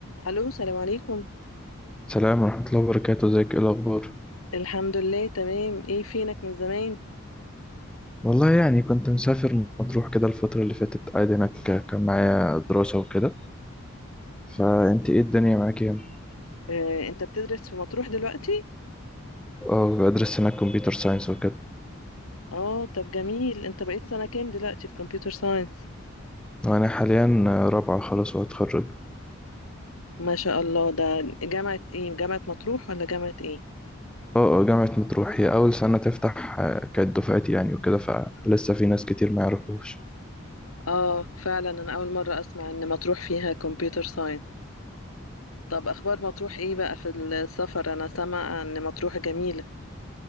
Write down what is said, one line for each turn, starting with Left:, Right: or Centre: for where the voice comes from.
Left: الو سلام عليكم
Centre: سلام ورحمة الله وبركاته ازيك ايه الأخبار؟
Left: الحمد لله تمام ايه فينك من زمان
Centre: والله يعني كنت مسافر مطروح كده الفترة اللي فاتت قاعد هناك كان معايا دراسة وكده فأنت ايه الدنيا معاك يعني؟
Left: آه، انت بتدرس في مطروح دلوقتي
Centre: اه بدرس هناك كمبيوتر ساينس وكده
Left: اه طب جميل انت بقيت سنة كام دلوقتي في كمبيوتر ساينس
Centre: وأنا حاليا رابعة خلاص وهتخرج
Left: ما شاء الله ده جامعة ايه جامعة مطروح ولا جامعة ايه
Centre: اه اه جامعة مطروح هي أول سنة تفتح آه، كانت دفعتي يعني وكده فلسه في ناس كتير ما يعرفوش
Left: اه فعلا انا اول مرة اسمع ان مطروح فيها كمبيوتر ساينس طب اخبار مطروح ايه بقى في السفر انا سامعة ان مطروح جميلة